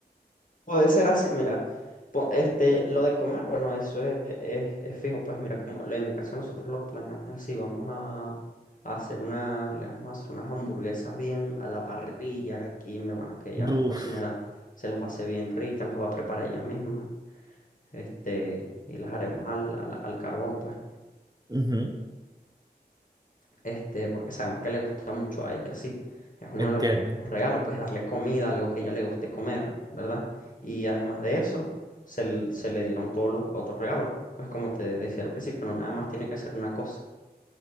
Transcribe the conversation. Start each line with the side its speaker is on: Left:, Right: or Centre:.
Left: Puede ser así, mira. po- Este, lo de comer, bueno, eso es, es- es fijo. Pues mira, como en mi caso nosotros lo planeamos así, vamos a, a hacer una, le vamos a hacer unas hamburguesas bien a la parrilla. Aquí mi hermana, que ella es
Right: Uf,
Left: cocinera, se las va a hacer bien ricas, las va a preparar ella misma. Este, y las haremos al, al, al carbón, pues
Right: ujú,
Left: este, porque sabemos que le gusta mucho a ella, sí. Es uno
Right: entiendo.
Left: de los los regalos, pues darle comida, algo que a ella le guste comer, ¿verdad? Y además de eso, se, l- se le dieron todos los otros regalos. Pues como te decía al principio, no nada más tiene que ser una cosa.